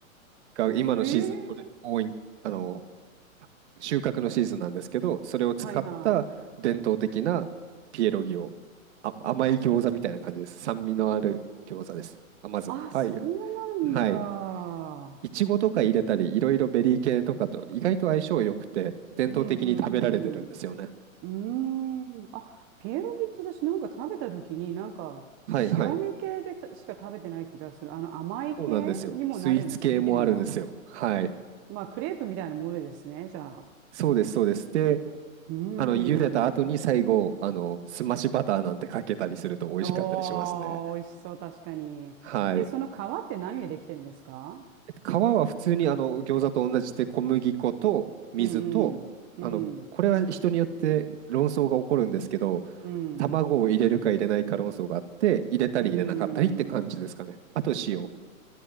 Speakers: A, on the right; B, on the right.
A: が今のシーズンとれ多い、
B: ええ、
A: あの、収穫のシーズンなんですけど、それを使った伝統的なピエロギをあ、
B: はいはい。
A: 甘い餃子みたいな感じです。酸味のある餃子です。甘酸っぱい。
B: あ、そうなんだ。
A: はい。いちごとか入れたり、いろいろベリー系とかと意外と相性良くて、伝統的に食べられてるんですよね。
B: うん、うん、うん。うーん。あ、ピエロギって私なんか食べた時に、なんか、
A: はいはい。
B: 塩味系でたしか食べてない気がする。あの、甘い系にもなれ、
A: そうなんですよ。スイーツ系もあるんですよ。
B: できるんだ。
A: はい。
B: まあ、クレープみたいなものですね、じゃあ。う
A: そうです、そうです。で、
B: ーん。
A: あの、茹でた後に最後、あの、すましバターなんてかけたりすると美味しかったりしますね。
B: おー、美味しそう、確かに。
A: はい。
B: え、その皮って何でできてるんですか
A: えっと皮は普通にあの餃子と同じで小麦粉と水とあのこれは人によって論争が起こるんですけど
B: うんうん、うん、うん、
A: 卵を入れるか入れないか論争があって入れたり入れなかったりって感じですかねあと塩
B: うん。